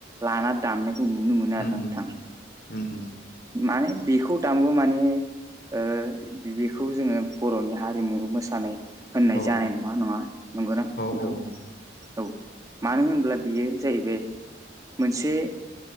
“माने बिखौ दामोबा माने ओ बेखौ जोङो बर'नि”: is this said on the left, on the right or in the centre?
Right